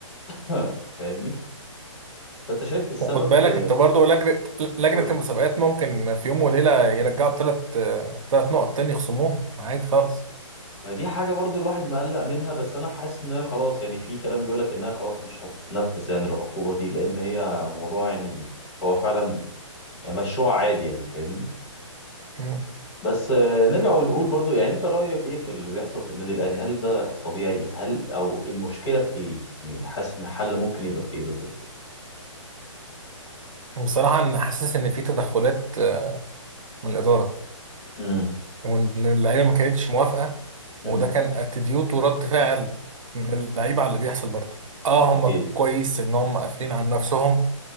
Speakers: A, on the left; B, on the right.
A: <laughs> فاهمني فانت شايف إيه السبب
B: وخد بالك
A: في
B: انت برضو لجنه لجنه
A: قول لي.
B: المسابقات ممكن في يوم وليله يرجعوا ثلاث ثلاث نقط تاني يخصموهم عادي خالص
A: ما دي حاجه برضه الواحد مقلق منها بس انا حاسس ان هي خلاص يعني في كلام بيقول لك انها خلاص مش هتتنفذ يعني العقوبه دي لان هي موضوع يعني هو فعلا يعني مشروع عادي يعني فاهمني
B: مم.
A: بس آه، نرجع ونقول برضو يعني انت رأيك ايه في اللي بيحصل في النادي الاهلي هل ده طبيعي هل او المشكلة في ايه يعني حاسس ان الحل ممكن يبقى في ايه بالظبط
B: بصراحة أنا حاسس إن في تدخلات آه، من الإدارة
A: امم
B: وإن اللعيبة ما كانتش موافقة
A: امم
B: وده كان اتيتيود ورد فعل من اللعيبة على اللي بيحصل برضه آه
A: اكيد
B: هم كويس إن هم قافلين على نفسهم